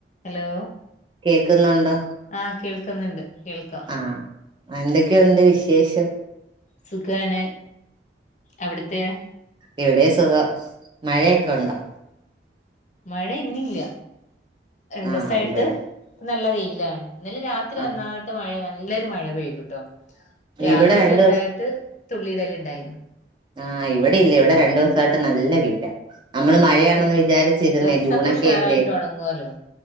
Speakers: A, on the left; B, on the right.
A: Hello
B: കേക്കുന്നുണ്ടോ
A: ആ കേൾ ക്കുന്നുണ്ട് കേൾക്കാം
B: ആഹ് എന്തൊക്കെയുണ്ട് വിശേഷം
A: സുഖാണ് അവിടുത്തെയോ
B: ഇവിടേം സുഖം മഴ ഒക്കെണ്ടോ
A: മഴ ഇന്നില്ല രണ്ടുസായിട്ട്
B: ആഹ് ഇവിടെ
A: നല്ല വെയി ഇല്ല ആടെ ഇന്നലെ രാത്രി
B: ആഹ്
A: നന്നായിട്ട് മഴ ല്ലൊരു മഴ പെയ്തു ട്ടോ രാവിലെ
B: ഇവിടെ രണ്ടു
A: ചെറുതായിട്ട് തുള്ളി ഇടയിലിണ്ടായി
B: ആ ഇവിടെ ഇല്ല ഇവിടെ രണ്ടു ദിവസായിട്ട് നല്ല വെയിലാ നമ്മള്
A: അതുകൊണ്ട്
B: മഴയാണെന്ന് വിചാരിച്ച് ഇരുന്നെ
A: ഡ്രസ്സൊക്കെ
B: ജൂണൊക്കെയല്ലേ.
A: ഉഷാറായിട്ട് ഉണങ്ങുവല്ലോ